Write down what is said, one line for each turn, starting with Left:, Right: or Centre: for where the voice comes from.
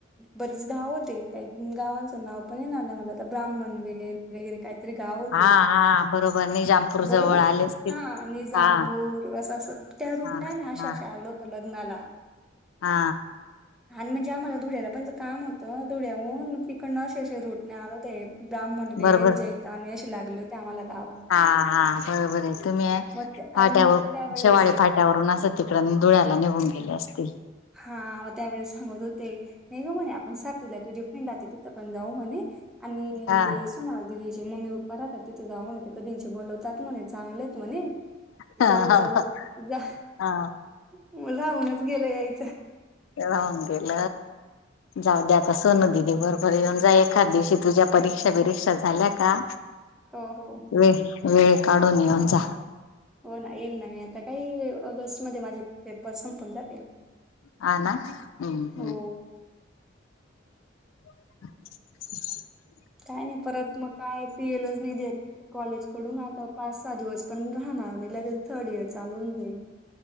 Centre: बरेच, गाव होते काही गाव गावांचं नाव पण येणार नाही, मला ब्रा्मण वे वगैर काहीतरी गाव होते?
Left: हा हा बरोबर निजामपूर
Centre: बरोबर
Left: जवळ आले असतील
Centre: हा निजामपूर
Left: हा
Centre: अस. त्या रूटने
Left: हा
Centre: अशा
Left: हा
Centre: असे आल होतं लग्नाला.
Left: हा.
Centre: आणि म्हणजे आम्हाला धुळ्याला पण काम होतं. धुळ्याहून मग फ कडन असे असे रूटणे आलं होते. ब्राह्मण वेल
Left: बरोबर
Centre: जैताने असे लागले होते आम्हाला गावं.
Left: हा हा बरोबर आहे. तुम्ही
Centre: मग ते
Left: फाट्यावर
Centre: आणि मग त्यावेळेस
Left: शिवाळे फाट्यावरून असा तिकड धुळ्याला निघून गेले असतील.
Centre: हा म त्यावेळेस सांगत होते नाही ग म्हणे आपण सातवीला तुझी फ्रेंड आ त, पण जाऊ म्हणे, आणि
Left: हा
Centre: ते सुनाल दीदीचे मम्मी पप्पा राहतात. तिथं जावं म्हणे ते कधींचे बोलवतात म्हणे, चांगलेत म्हणे
Left: हा
Centre: जाऊ, जाऊ, जा
Left: हा
Centre: मग राहूनच गेलं याय-
Left: राहून गेल. जाऊ दे आता सोनू दिदी बरोबर येऊन जा, एखाद दिवशी तुझ्या परीक्षा बिरीक्षा झाल्या का?
Centre: हो हो
Left: वे वेळ काढून येऊन जा,
Centre: हो ना येईल ना मी, आता काही ऑगस्ट मध्ये माझे पेपर संपून जातील.
Left: हा ना हम्म, हम्म
Centre: हो
Left: <inaudible>
Centre: काय नाही परत मग, काय पी एलच नाही देत कॉलेज कडून, आता पाच सहा दिवस पण राहणार नाही. ल थर्ड इयर च चालून देईल?